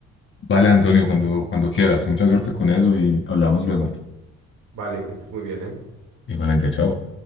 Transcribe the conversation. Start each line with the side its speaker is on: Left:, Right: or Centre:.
Left: Vale, Antonio, cuando, cuando quieras. Mucha suerte con eso y hablamos luego.
Right: Vale, que estés muy bien, ¿eh?
Left: Igualmente, chao.